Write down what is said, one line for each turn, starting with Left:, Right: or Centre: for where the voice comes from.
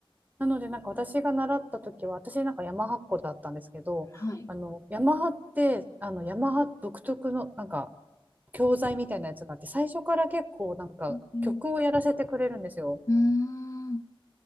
Right: なので、なんか私が習った時は、私なんかヤマハっ子だったんですけど、
Left: はい。
Right: あの、ヤマハって、あの、ヤマハ独特のなんか教材みたいなやつがあって、最初から結構なんか曲をやらせてくれるんですよ。
Left: うんうーん。